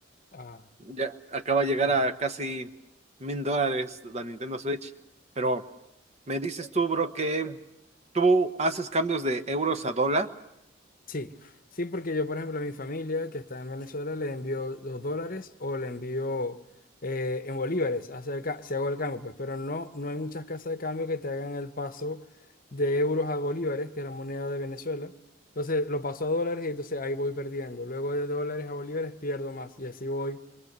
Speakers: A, on the left (about 45°); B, on the right (about 35°).
A: Ah,
B: Ya acaba de llegar
A: claro.
B: a casi mil dólares la Nintendo Switch. Pero me dices tú, bro, que tú haces cambios de euros a dólar
A: Sí, sí, porque yo, por ejemplo, a mi familia que está en Venezuela le envío dos dólares o le envío eh, en bolívares, hace el ca- si hago el cambio, pues, pero no, no hay muchas casas de cambio que te hagan el paso de euros a bolívares, que es la moneda de Venezuela. Entonces lo paso a dólares y entonces ahí voy perdiendo. Luego de dólares a bolívares pierdo más y así voy